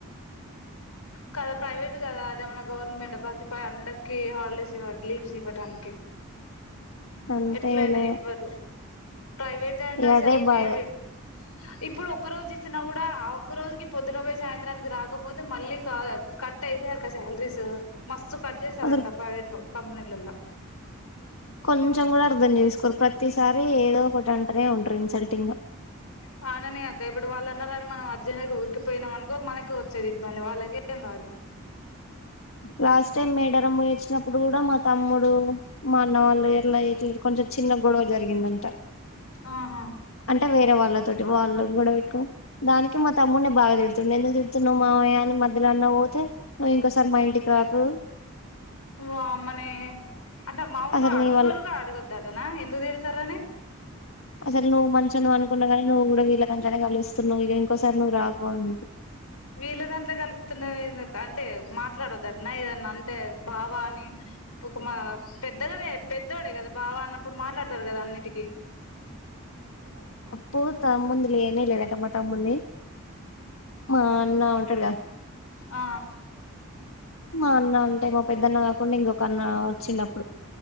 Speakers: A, on the left (about 85°); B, on the left (about 70°).
A: కదా ప్రైవేట్ కదా అదేమన్నా గవర్నమెంట ప్రతి పండక్కి హాల్ డె డేస్ ఇవ్వ గ్లీవ్స్ ఇవ్వటానికె
B: అంతేలే
A: ఎట్లయినా ఇవ్వరు ప్రైవేట్ జా అంటే
B: ఇగ
A: అసలు
B: అదే
A: మేబి
B: బాధ
A: ఇప్పుడు ఒక్క రోజు ఇచ్చినా గుడా ఒక్క రోజుకి పొద్దునబొయ్ సాయంత్రానికి రాకపోతే మళ్ళీ క కట్ అయితే అక్క శాలరీసు మస్తు కడ్ జెస్తారంట
B: అసలు
A: ప్రైవేట్ లో కంపనీలల్లో
B: కొంచెం గూడా అర్ధం చేసుకోరు ప్రతిసారి ఏదో ఒకటి అంటనే ఉంటరు ఇన్సల్టింగా
A: వాననే అక్క ఇప్పుడు వాళ్ళు అన్నారని మనం అర్జెంట్ గా ఊరికిపోయినాం అను గొ మనకె వచ్చేది ఇబ్బంది వాళ్ళకేం రాదు
B: లాస్ట్ టైం మేడారం పోయొచ్చినప్పుడు కూడా మా తమ్ముడు మా అన్న వాళ్ళు ఎట్లా ఇట్ల కొంచెం చిన్న గొడవ జరిగిందంట
A: ఆహ
B: అంటే వేరే వాళ్ళతోటి వాళ్ళు గొడవ వెట్టుకొని దానికి మా తమ్మున్ని బాగా తిడుతుండ ఎందుకు తిడుతున్నావు మామయ్య అని ఎందులో అన్నా వోతే నువ్వు ఇంకోసారి మా ఇంటికి రాకు
A: వామ్మనే అంటే మాములుగా
B: అసలు
A: అడుగ్గుడగా
B: నీ వల్ల
A: అడగొద్దంటనా ఎందుకు తిడతారని
B: అసలు నువ్ మంచోనివి అనుకున్నా గానీ నువ్వు గూడా వీళ్ళకంతనే గలుస్తున్నావు ఇగ ఇంకోసారి నువ్వు రాకు అం
A: వీళ్ళ దాంట్లో కలుస్తున్నవ్ ఎందుకు అంటే మాట్లాడొద్దంటన ఏదన్నా అన్ అంటే బావా అని <unintelligible> మా పెద్దగానే పెద్దోడే గదా బావ అన్నప్పుడు మాట్లాడతాడు గదా అన్నిటికీ
B: పోతా ముందు లేనే లేదంట మా తమ్మున్ని మా అన్న ఉంటాడుగా
A: ఆ
B: మా అన్న అంటే మా పెద్దన్న గాకుండా ఇంకొక అన్న వచ్చిండ అప్పుడు